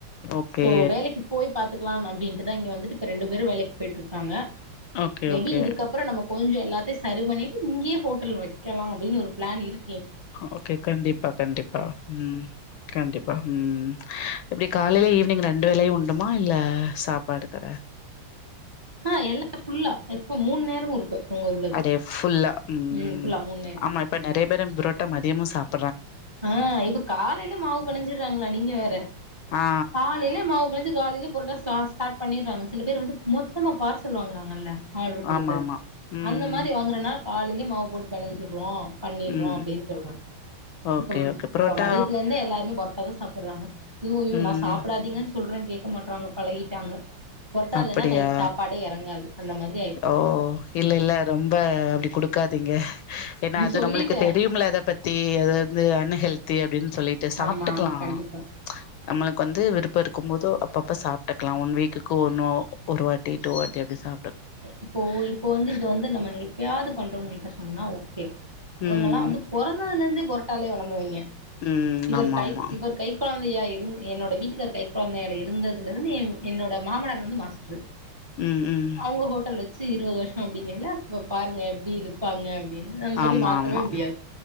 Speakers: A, on the left; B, on the right.
A: ஓகே
B: சோ வேலைக்கு போய் பாத் துக்லாம் அப்டின்ட்டுதா இங்க வந்துட்டு இப்ப ரெண்டு பேரும் வேலைக்கு போயிட்ருக்காங்க
A: ஓகே
B: மேபி
A: ஓகே
B: இதுக்கப்புறம் நம்ம கொஞ்சம் எல்லா செரி பண்ணிட்டு இங்கேயே ஹோட்டல் வைக்கலாம் அப்படின்னு ஒரு பிளான் இரு
A: ஓகே கண்டிப்பா கண்டிப்பா ம் ம் கண்டிப்பா ம் எப்படி காலையில ஈவினிங் ரெண்டு வேளையும் உண்டுமா இல்ல சாப்பாடு கடை
B: ஆ எல்லாம் ஃபுல்லா இப்ப மூணு நேரமும் இருக்கு. உங்க உள்ளது
A: அதே ஃபுல்லா ம்ம்ம்
B: ம் ஃபுல்லா மூணு
A: ஆமா இப்ப நிறைய பேரும் புரோ ட்டா மதியமும் சாப்
B: ம் இப்ப காலையில மாவு பெனஞ்சிடறாங்களே நீங்க வேற
A: ஆ
B: காலைல மாவுப் பெனஞ்சு காலையிலே புரோட்டா ஸ்டார்ட் பண்ணிடுறாங்க சில பேர் வந்து மொத்தமா பார்சல் வாங்குறாங்கல்ல ஆர்டரு கொடுத்து
A: ஆமா ஆமா ம்
B: அந்த மாதிரி வாங்குறனா காலையிலேயே மாவு போட்டு பெனஞ்சுசிருவோம் பண்ணிறோம்
A: ம்
B: அப்படின்னு சொல்றாங்
A: ஓகே
B: இப்ப
A: ஓகே புரோட்டா
B: இப்ப மதியத்துல இருந்தே எல்லாரும் பார்சல் அதா சாப்பிடுறாங்க ஓ
A: ம்
B: நா சாப்பிடாதீங்கன்னு சொல்றேன் கேட்க மாட்றாங்க பழகிட்டாங்க. பொரட்டா
A: அப்படியா
B: இல்லைன்னா நைட்டு சாப்பாடே எறங்காது அந்த மாரி
A: ஓ இல்ல இல்ல ரொம்ப அப்டி குடுக்காதீங்க. ஏன்னா அது
B: சொல்லிட்டே
A: நம்மளுக்கு தெரியும்ல அத பத்தி அது வந்து அன்ஹெல்த் தேடுன் சொல்லிட்டு சாப்பிட்டுக்கலாம்
B: ஆமா ஆமா கண்டிப்பா
A: நம்மளுக்கு வந்து விருப்பம் இருக்கும் போது அப்பப்ப சாப்பிட்டுக்கலாம் ஒன் வீக்கு ஒ ஒருவ வாட்டி டூ வாட்டி அப்படி சா
B: இப்போ இப்போ வந்து இது வந்து நம்ம எப்பயாவது பண்றோவங்களிட்ட சொன்னா ஓக்கே இவங்க
A: ம்
B: எல்லா வந்து பொறந்ததுல இருந்து பொரட்டாலே வளந்தவைங்க
A: ம்
B: இவர்
A: ஆமா
B: கை
A: ஆமா
B: இவர் கை குழ குழந்தையா இருந் என்னோட வீட்டுக்காரு கை குழந்தையால இருந்ததுல இருந்து என்னோட மாமனார் வந்து மாஸ்டரு
A: ம் ம்
B: அவங்க ஹோட்டல் வச் ச்சு இருபது வருஷம் அப்படின்னிங்கல இப்போ பாருங்க எப்படி இருப்பாங்க அப்டின்னு நம்ம சொல்லி
A: ஆமா
B: மாத்தவே
A: ஆமா
B: முடியாது